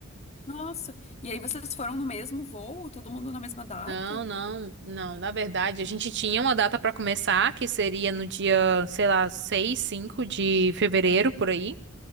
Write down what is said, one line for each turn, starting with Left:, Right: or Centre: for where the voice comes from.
Left: Nossa. E aí vocês foram no mesmo voo? Todo mundo na mesma data?
Right: Não, não, não. Na verdade, a gente tinha uma data para começar, que seria no dia, sei lá, 6, 5 de fevereiro, por aí.